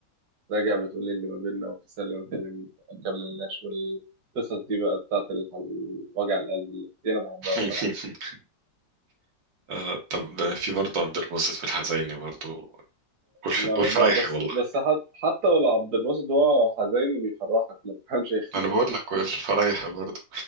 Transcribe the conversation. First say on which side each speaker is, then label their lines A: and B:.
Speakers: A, on the right; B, on the right.
A: راجع بتقول لي اللي ما بيننا وبتسلم وتكلم ما كملناش والقصص دي بقى بتاعت ال- وجع القلب اللي دي انا بحبها
B: <laughs>
A: بصراحه
B: آه طب في برضه عبد الباسط في الحزيني برضه والف...
A: ما
B: والفرايحي
A: ب... بس
B: والله
A: بس حت... حتى لو عبد الباسط هو حزيني بيفرحك ما تفهمش إيه.
B: أنا
A: <laughs>
B: بقول لك والفرايحي برضه